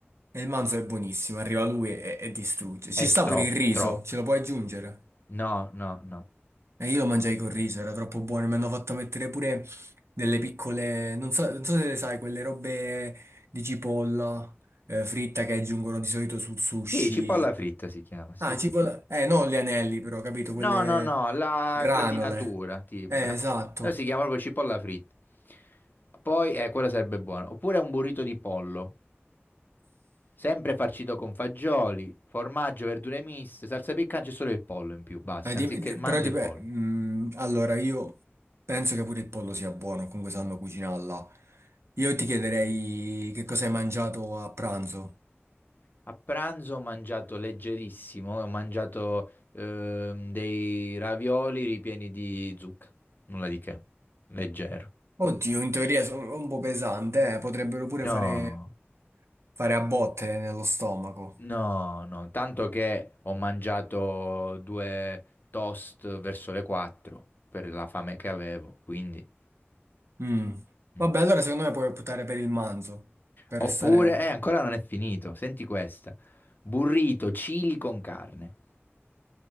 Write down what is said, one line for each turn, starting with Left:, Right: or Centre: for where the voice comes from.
Right: e il manzo è buonissimo, arriva lui e, e distrugge. Ci
Left: È
Right: sta
Left: troppo,
Right: pure il riso,
Left: troppo.
Right: ce lo puoi aggiungere.
Left: No, no, no.
Right: E io lo mangiai col riso, era troppo buono. Mi hanno fatto mettere pure delle piccole, non so, non so se le sai, quelle robe di cipolla eh, fritta che aggiungono di solito sul sushi.
Left: Sì, cipolla fritta si chiama, sì.
Right: Ah,
Left: sì.
Right: cipolla. Eh, non gli anelli, però, capito? Quelle
Left: No, no, no, la
Right: granole.
Left: gratinatura, tipo.
Right: Eh,
Left: Eh.
Right: esatto.
Left: Però si chiama proprio cipolla fritta. Poi, eh, quella sarebbe buona. Oppure un burrito di pollo. Sempre farcito con fagioli, formaggio, verdure miste, salsa piccante e solo il pollo in più, basta,
Right: Eh, dip-
Left: anziché
Right: di-
Left: il manzo
Right: però, dip-
Left: e il pollo.
Right: mm, allora, io penso che pure il pollo sia buono, comunque sanno cucinarla. Io ti chiederei che cosa hai mangiato a pranzo.
Left: A pranzo ho mangiato leggerissimo, ho mangiato ehm, dei ravioli ripieni di zucca, nulla di che, leggero.
Right: Oddio, in teoria sono un po' pesante, eh, Potrebbero pure
Left: No,
Right: fare, fare a botte nello stomaco.
Left: no, no, tanto che ho mangiato due toast verso le 4 per la fame che avevo, quindi...
Right: Mm.
Left: mm.
Right: Vabbè, allora secondo me puoi optare per il manzo, per
Left: Oppure,
Right: restare
Left: eh, ancora non è finito, senti questa. Burrito, chili con carne.